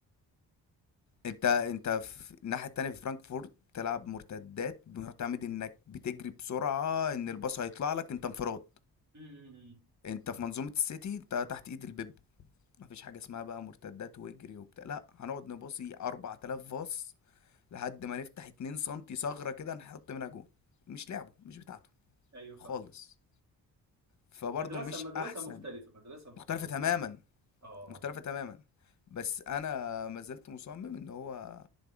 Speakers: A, on the left; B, on the right.
A: انت انت في الناحيه التانيه في فرانكفورت بتلعب مرتدات بتعتمد انك بتجري بسرعه ان الباص هيطلع لك انت انفراد
B: أمم.
A: انت في منظومه السيتي انت تحت ايد البيب مفيش حاجه اسمها بقى مرتدات واجري وبتاع لا هنقعد نباصي 4000 باص لحد ما نفتح 2 سم ثغره كده نحط منها جون مش لعبه مش بتاعته
B: ايوه
A: خالص
B: فاهم
A: فبرضه
B: مدرسه
A: مش
B: مدرسه
A: احسن
B: مختلفه مدرسه مختلفه
A: مختلفه تماما
B: اه
A: مختلفه تماما بس انا ما زلت مصمم ان هو